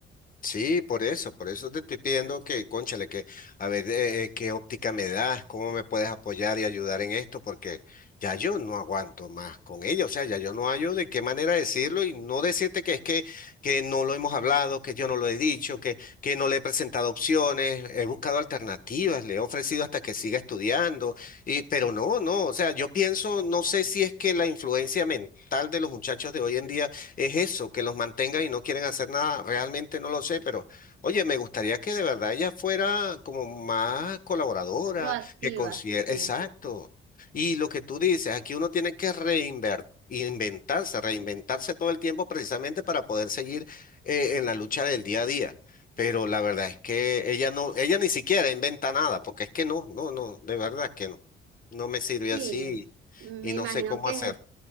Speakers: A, on the left (about 45°); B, on the right (about 85°).
A: Sí, por eso, por eso te estoy pidiendo que, cónchale, que a ver eh, eh, qué óptica me das, cómo me puedes apoyar y ayudar en esto, porque ya yo no aguanto más con ella, o sea, ya yo no hallo de qué manera decirlo y no decirte que es que, que no lo hemos hablado, que yo no lo he dicho, que, que no le he presentado opciones, he buscado alternativas, le he ofrecido hasta que siga estudiando, y, pero no, no, o sea, yo pienso, no sé si es que la influencia mental de los muchachos de hoy en día es eso, que los mantenga y no quieren hacer nada. Realmente no lo sé, pero oye, me gustaría que de verdad ella fuera como más colaboradora,
B: proactiva,
A: que considere,
B: sí.
A: exacto. Y lo que tú dices, aquí uno tiene que reinvertir. inventarse, reinventarse todo el tiempo precisamente para poder seguir eh, en la lucha del día a día. Pero la verdad es que ella no, ella ni siquiera inventa nada, porque es que no, no, no, de verdad que no. No me sirve
B: Sí,
A: así
B: me
A: y no
B: imagino
A: sé cómo
B: que
A: hacer.